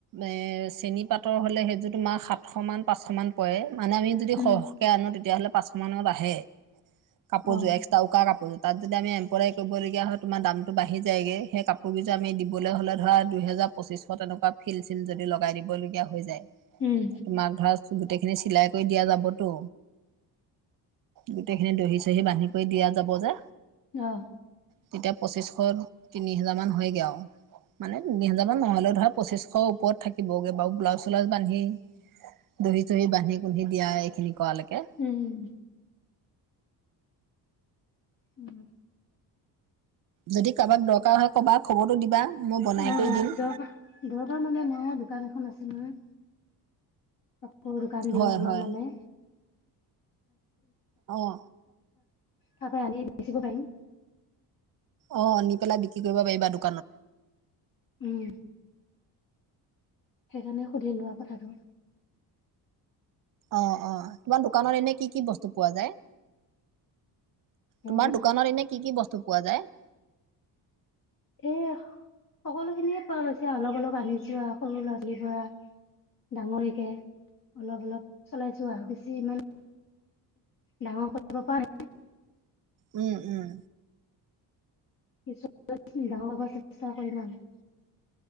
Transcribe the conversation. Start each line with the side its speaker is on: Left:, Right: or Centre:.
Right: এ, চেনী পাতৰ হ'লে সেইটো তোমাৰ সাতশ মান পাঁচশ মান পৰে, মানে আমি যদি সহকে
Left: উম
Right: আনো তেতিয়াহ'লে পাঁচশ মানত আহে, কাপোৰযোৰ
Left: অ',
Right: এক্সট্ৰা উকা কাপোৰযোৰ। তাত যদি আমি এম্প্ৰলাৰ কৰিবলগীয়া হয় তোমাৰ দামটো বাঢ়ি যায়গৈ, সেই কাপোৰকেইযোৰ আমি দিবলৈ হ'লে ধৰা দুহেজাৰ পঁচিশ তেনেকুৱা ফিল চিল যদি লগাই দিব লগগীয়া হৈ যায়,
Left: উম,
Right: তোমাক ধৰা গোটেই খিনি চিলাই কৰি দিয়া যাবতো, গোটেই খিনি দহি-চহি বান্ধি দিয়া যাব যে,
Left: অ',
Right: তেতিয়া পঁচিশ, তিনি হাজাৰ মান হৈ গে আও। মানে তিনি হাজাৰ মান নহ'লেও ধৰা পঁচিশৰ ওপৰত থাকিবগে বাৰু ব্লাউজ- চাউজ বান্ধি। দহি-চহি বান্ধি কুধি দিয়া এইখিনি কৰালৈকে।
Left: উমঁ। উম'।
Right: যদি কাৰোবাক দৰকাৰ হয় কবা খবৰটো দিবা মই বনাই
Left: অ',
Right: কৰি দিম।
Left: দৰকাৰ দৰকাৰ মানে মই দোকান এখন আছে নহয়। সৰু দোকান দিওঁ
Right: হয়
Left: অলপ
Right: হয়
Left: মানে।
Right: অঁহ।
Left: তাপা আনি বেচিব পাৰিম।
Right: অ', আনি পেলাই বিক্ৰী কৰিব পাৰিবা দোক
Left: উম'। সেইকাৰণে সুধি লোৱা কথাটো।
Right: অ', - অ', তোমাৰ দোকানত এনে কি কি বস্তু পোৱা যায়?
Left: এ,
Right: তোমাৰ দোকানত এনে কি কি বস্তু পোৱা যায়?
Left: এয়া, সকলোখিনিয়ে পোৱা গৈছে অলপ-অলপ আনিছো আৰু সৰু ল'ৰা- ছোৱালী পৰা। ডাঙৰ লকে, অলপ-অলপ চলাইছো আৰু বেছি ইমানে, ডাঙৰ কৰিব পৰা নাই।
Right: উম-উম।
Left: নিজৰ ওপৰত ডাঙৰ হবা চেষ্টা কৰিম আৰু।